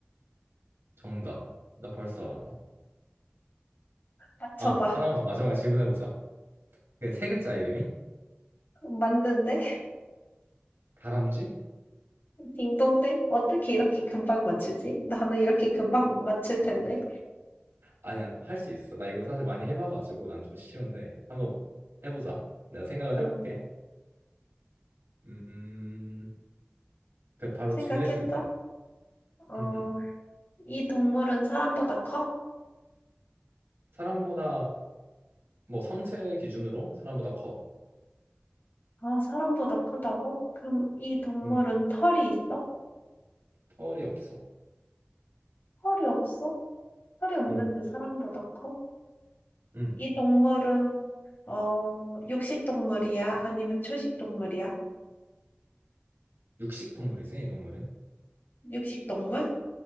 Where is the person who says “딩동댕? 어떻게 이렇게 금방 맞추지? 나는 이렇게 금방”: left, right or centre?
Left